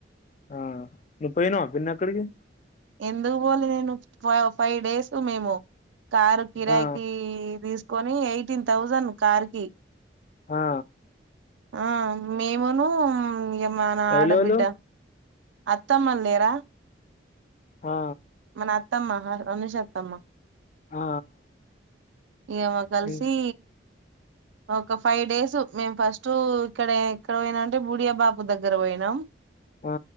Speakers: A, on the left; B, on the right.
A: ఆ నువ్వు పోయినావా పిన్నీ అక్కడికి
B: ఎందు పోలే నేను ఫైవ్ డేస్ మేము కారు కిరాయికి
A: ఆ
B: తీసుకొని ఎయిటీన్ థౌజండ్ కార్కి
A: హా
B: ఆను మేమును ఏమ ఆడబిడ్డ
A: ఎవలెవలు
B: అత్తమ్మల్ లేరా
A: ఆ
B: నా అత్తమ్మ అనుషాత్తమ్మ
A: ఆ ఆ
B: ఏమో కలిసి
A: ఇ
B: ఒక ఫైవ్ డేస్ మేము ఫస్ట్ ఇక్కడ ఇక్కడ పోయినా అంటే బూడియా బాబు దగ్గర పోయినాం.
A: ఆ